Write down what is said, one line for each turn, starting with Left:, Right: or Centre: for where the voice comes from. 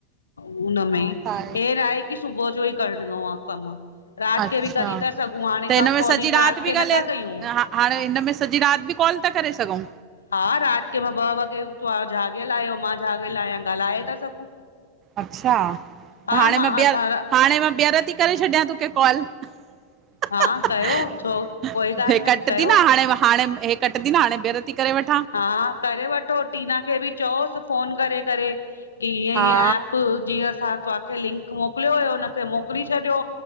Left: हुनमें
Right: उहो त
Left: हेे न आहे की सुबुह जो ई करणो आहे कम। राति
Right: अच्छा
Left: के बि करीथा सघूं हाणे
Right: त हिन
Left: का
Right: में
Left: कॉलिंग
Right: सॼी
Left: राति
Right: बि
Left: खे
Right: ॻाल्हाए
Left: नथा कयूं?
Right: हा हाणे हिनमें सॼी राति बि कॉल था करे सघूं?
Left: हा राति के मां ॿ वॻे त्हां जाॻियल आहियो मां जाॻियल आहियां ॻाल्हाए था सघूं।
Right: अच्छा
Left: हा
Right: हाणे मां ॿियहर
Left: असां
Right: हाणे मां ॿियहर थी करे छॾियां तोखे कॉल। हहह
Left: हा कयो छो कोई ॻाल्हि
Right: हे
Left: आहे
Right: कट
Left: कयो
Right: थी न हाणे हाणे कटंदी न हाणे बेहर थी करे वठां।
Left: हा करे वठो टीना खे बि चओसि फोन करे करे। की हअं
Right: हा
Left: हअं ऐएप जीअं असां तव्हांखे लिंक मोकिलियो हुयो उखे मोकिले छॾियो।